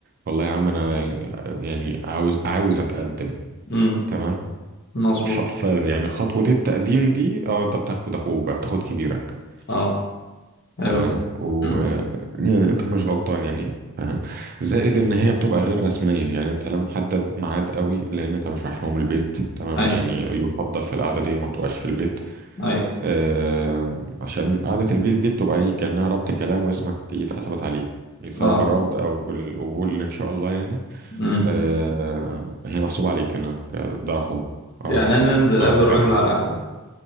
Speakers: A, on the right; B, on the left.
A: والله يا عم انا يعني عاوز عاوز اتقدم
B: امم
A: تمام
B: مظبوط
A: ف ف يعني خطوة التقديم دي اه انت بتاخد اخوك بقى بتاخد كبيرك
B: اه حلو
A: تمام
B: كده
A: و
B: امم
A: يعني انت مش غلطان يعني فاهم زائد ان هي بتبقى غير رسميه يعني انت لا محدد ميعاد قوي لان انت مش رايح لهم البيت تمام
B: ايوه
A: يعني يفضل في القعده دي ما تبقاش في البيت
B: ايوه
A: آه عشان قعده البيت دي بتبقى ايه كانها ربط كلام واسمك اتحسبت عليه يعني سواء
B: اه
A: بالرفض او بالقبول ان شاء الله يعني
B: امم
A: آه هي محسوب عليك انك ده راح له او
B: يعني
A: راح
B: انا
A: له
B: انزل
A: او
B: اقابل الراجل
A: جالها
B: على القهوه